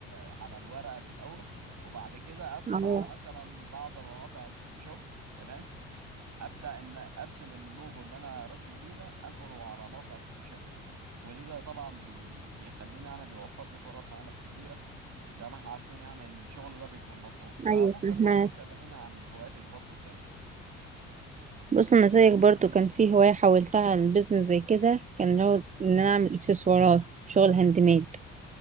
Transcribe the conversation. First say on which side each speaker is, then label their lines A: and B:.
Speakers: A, on the right; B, on the right.
A: على الورقة في الاول وبعد كده ادخل
B: اه
A: على مثلا بعض مواقع الفوتوشوب تمام ابدأ ان ارسم اللوجو اللي انا رسمه دي ده انقله على موقع الفوتوشوب ودي ده طبعا بي... بيخليني انا بيوفر لي فرص عمل كتيرة زي ما احنا عارفين يعني الشغل ده بيكون مطلوب فممكن
B: أيوة فهماك
A: برضه تكلميني عن هواياتك برضه التانية
B: بص أنا زيك برضه كان في هواية حولتها لبزنس زي كده كان اللي هو إن أنا أعمل إكسسوارات شغل هاند ميد